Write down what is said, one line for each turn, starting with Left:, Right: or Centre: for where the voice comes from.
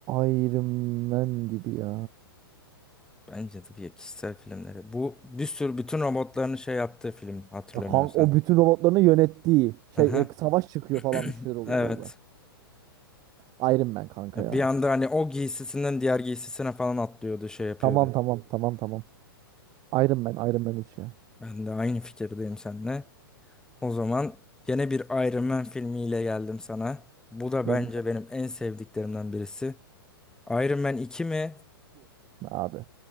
Right: Iron Man gibi ya.
Centre: Bence de bir kişisel filmleri. Bu bir sürü bütün robotların şey yaptığı film hatırlamıyorsan.
Right: Ya kanka o bütün robotlarını yönettiği şey
Centre: Aha.
Right: e, savaş çıkıyor
Centre: <clears throat>
Right: falan bir şeyler oluyor
Centre: Evet.
Right: orada. Iron Man kanka
Centre: Ya
Right: ya.
Centre: Bir anda hani o giysisinden diğer giysisine falan atlıyordu, şey yapıyordu.
Right: Tamam tamam tamam tamam. Iron Man Iron Man 3 ya.
Centre: Ben de aynı fikirdeyim seninle. O zaman gene bir Iron Man filmiyle geldim sana. Bu da
Right: Böyle
Centre: bence benim en sevdiklerimden birisi. Iron Man 2 mi?
Right: abi.